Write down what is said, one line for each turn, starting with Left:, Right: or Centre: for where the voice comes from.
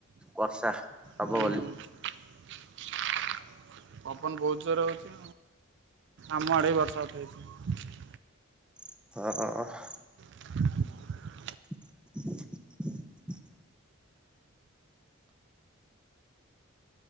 Centre: ବର୍ଷା ହବ
Right: ହୁଁ
Centre: ବୋଲି।
Right: <inaudible> ପବନ ବହୁତ ଜୋର ହଉଛି, ଆଉ ଆମ ଆଡ଼େ ବି ବର୍ଷା ଉଠେଇଛି।
Centre: ହଁ।
Right: <inaudible>
Centre: <inaudible>